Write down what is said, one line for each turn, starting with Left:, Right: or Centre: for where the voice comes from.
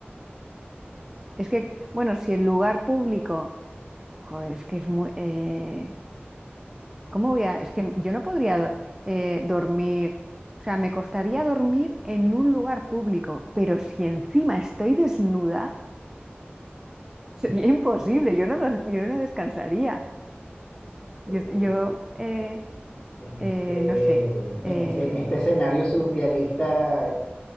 Right: es que, bueno, si el lugar público, joder, es que es muy... eh, ¿cómo voy a...? Es que yo no podría do- eh, dormir, o sea, me costaría dormir en un lugar público, pero si encima estoy desnuda, sería imposible, yo no, dor- yo no descansaría.
Left: eh,
Right: Yo, yo eh,
Left: eh, en
Right: eh,
Left: ese,
Right: no sé. Eh,
Left: en ese, en este escenario surrealista,